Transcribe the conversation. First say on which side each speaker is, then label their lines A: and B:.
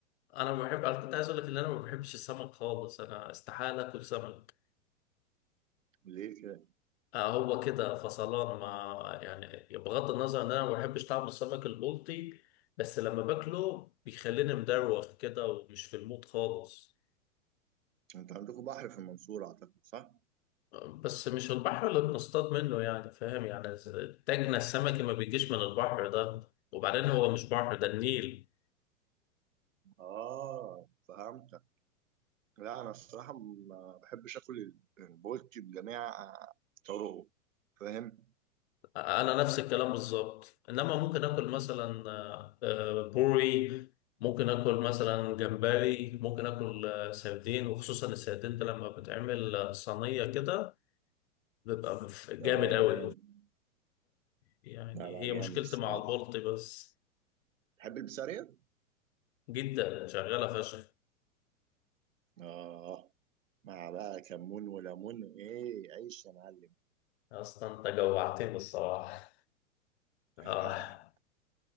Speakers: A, on the left; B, on the right.
A: انا ما بحب انا كنت عايز اقول لك ان انا ما بحبش السمك خالص انا استحاله اكل سمك
B: ليه كده؟
A: آه هو كده فصلان ما يعني بغض النظر ان انا ما بحبش طعم السمك البلطي بس لما باكله بيخليني مدروخ كده ومش في المود خالص
B: انت عندكم بحر في المنصورة اعتقد صح؟
A: آه، بس مش البحر اللي بنصطاد منه يعني فاهم يعني ز- تاجنا السمكي ما بيجيش من البحر ده وبعدين هو مش بحر ده النيل
B: آه فهمتك لا انا الصراحة ما بحبش اكل البولتي بجميع طرقه فاهم؟
A: انا نفس الكلام بالظبط انما ممكن اكل مثلا آه، آه، بوري ممكن اكل مثلا جمبري ممكن اكل آه، سردين وخصوصا السردين ده لما بتعمل آه، صينيه كده بيبقى مف- جامد
B: آه
A: قوي
B: ده جامد
A: يعني
B: لا لا
A: هي
B: جامد
A: مشكلتي
B: الصراحة
A: مع البلطي بس
B: تحب البسارية؟
A: جدا شغاله فشخ
B: اه مع بقى كمون وليمون ايه عيش يا معلم
A: اصلا انت جوعتني الصراحه اه
B: <laughs>